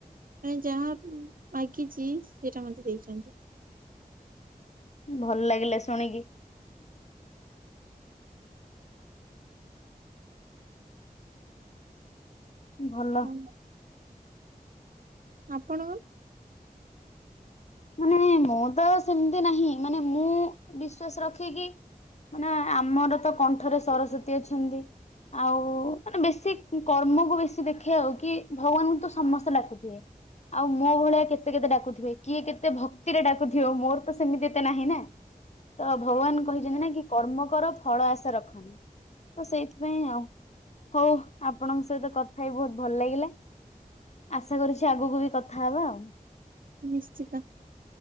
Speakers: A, on the right; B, on the left.
A: ମାନେ ଯାହା ମାଗିଛି ସେଟା ମତେ ଦେଇଛନ୍ତି।
B: ଭଲ ଲାଗିଲା ଶୁଣିକି। ଭଲ।
A: ହଁ, ଆପଣ
B: ମାନେ ମୁଁ ତ ସେମିତି ନାହିଁ ମାନେ ମୁଁ ବିଶ୍ୱାସ ରଖିକି ମାନେ ଆମର ତ କଣ୍ଠରେ ସରସ୍ଵତୀ ଅଛନ୍ତି। ଆଉ ମାନେ ବେଶୀ କର୍ମକୁ ବେଶୀ ଦେଖେଇ ହଉ କି ଭଗବାନଙ୍କୁ ତ ସମସ୍ତେ ଡ଼ାକୁଥିବେ। ଆଉ ମୋ ଭଳିଆ କେତେ କେତେ ଡାକୁଥିବେ କିଏ କେ ତେ ଭକ୍ତିରେ ଡାକୁଥିବ ମୋର ତ ସେମିତି ତ ନାହିଁ ନା। ତ ଭଗବାନ କହିଛନ୍ତି ନା କି କର୍ମ କର ଫଳ ଆଶା ରଖନି। ତ ସେଇଥିପାଇଁ ଆଉ ହଉ ଆପଣଙ୍କ ସହିତ କଥା ହେଇ ବହୁତ ଭଲ ଲାଗିଲା। ଆଶା କରୁଛି ଆଗକୁ ବି କଥା ହବା ଆଉ।
A: ନିଶ୍ଚିତ।